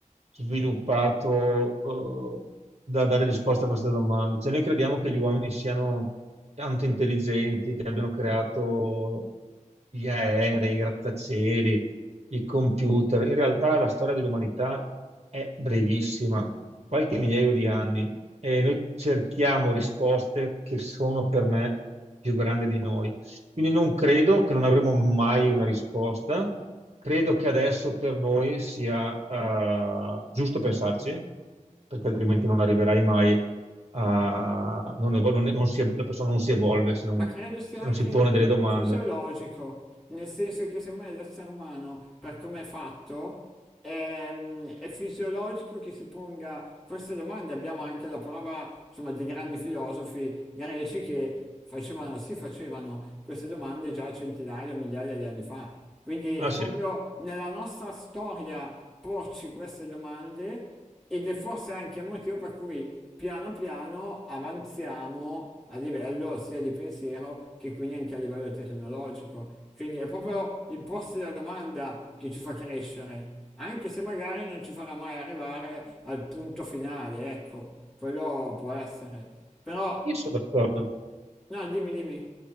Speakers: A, on the right; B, in the centre.
A: sviluppato, eh, da dare risposta a queste domande. Cioè, noi crediamo che gli uomini siano tanto intelligenti, che abbiano creato gli aerei, i grattacieli, i computer. In realtà la storia dell'umanità è brevissima, qualche migliaio di anni, e noi cerchiamo risposte che sono per me più grandi di noi. Quindi non credo che non avremo mai una risposta. Credo che adesso per noi sia eh, giusto pensarci, perché altrimenti non arriverai mai a... non evol- non- non si- la persona non si evolve se non,
B: Ma credo sia
A: se
B: anche
A: non si pone delle domande.
B: fisiologico, nel senso che secondo me l'essere umano, per come è fatto, è, è fisiologico che si ponga queste domande. Abbiamo anche la prova, insomma, di grandi filosofi greci che facevano, si facevano queste domande già centinaia, migliaia di anni fa. Quindi
A: Ah
B: è
A: sì,
B: proprio nella nostra storia porci queste domande ed è forse anche il motivo per cui piano piano avanziamo a livello sia di pensiero che quindi anche a livello tecnologico. Quindi è proprio il porsi la domanda che ci fa crescere, anche se magari non ci farà mai arrivare al punto finale, ecco, quello può essere. Però,
A: io sono d'accordo.
B: no, dimmi, dimmi.